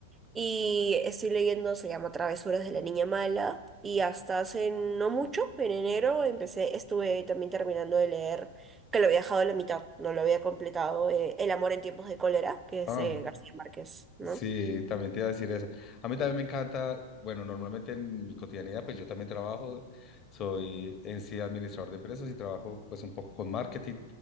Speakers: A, on the right; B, on the left.
A: Y estoy leyendo, se llama Travesuras de la Niña Mala. Y hasta hace no mucho, en enero, empecé, estuve también terminando de leer, que lo había dejado a la mitad, no lo había completado, eh, El amor en tiempos de cólera, que es
B: Ah,
A: de García Márquez, ¿no?
B: Sí, también te iba a decir eso. A mí también me encanta, bueno, normalmente en mi cotidianidad, pues yo también trabajo, soy en sí administrador de empresas y trabajo pues un poco con marketing